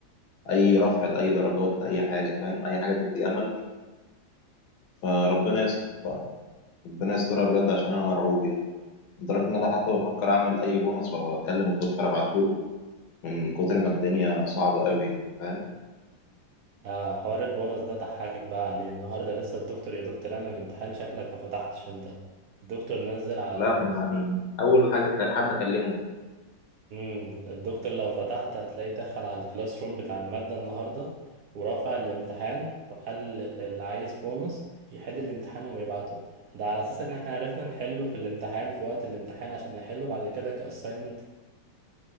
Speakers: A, on the left (about 65°); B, on the right (about 70°).
A: اي رفع لاي درجات لاي حاجه فاهم اي حاجه تدي امل فربنا يستر بقى. ربنا يسترها بجد عشان انا مرعوب يعني لدرجة إن أنا حتى بفكر أعمل أي بونص وأكلم الدكتور أبعتهوله من كتر ما الدنيا صعبة أوي يعني فاهم؟
B: آه حوار البونص ده ضحكك بقى عليه النهاردة لسه الدكتور يا دكتور أنا من الامتحان شكلك ما فتحتش انت الدكتور نزل على الكلاس
A: لا ما أنا أول حاجة ك- حد أكلمه
B: امم الدكتور لو فتحت هتلاقيه دخل على الكلاس روم بتاع المادة النهاردة ورفع الامتحان وقال اللي عايز بونص يحل الامتحان ويبعته ده على اساس ان احنا عرفنا نحله في الامتحان في وقت الامتحان عشان نحله بعد كده كاساينمنت